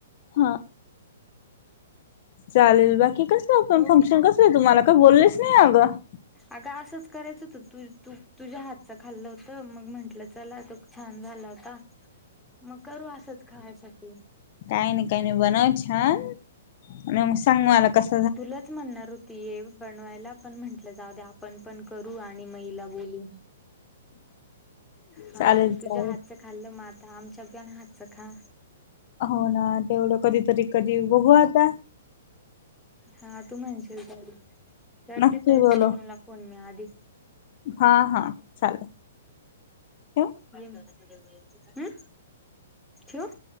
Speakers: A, on the left; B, in the centre.
A: हा चालेल बाकी कसलं पण
B: हो
A: फंक्शन कसलं तुम्हाला काय बोललेच नाही अगं.
B: अग असंच करायचं होतं तू तू तुझ्या हातच खाल्लं होत मग म्हंटलं चला छान झाला होता मग करू असंच खायसाठी
A: काही नाही काही नाही बनव छान आणि मग सांग मला कस.
B: तुलाच म्हणणार होत. त बनवायला पण म्हंटलं जाऊ दे आपण पण करू आणि महिला बोलू. हा
A: चालेल
B: तुझ्या
A: चालेल
B: हातच खाल्लं मग आता आमच्या बिन हातचं खा.
A: हो ना तेवढं कधीतरी कधी बघू. आता
B: हा तू म्हणशील करते
A: नक्की
B: तण
A: बोलू
B: पणम आधीवढ
A: हा हा चालेल ठेवू
B: हम ठेवु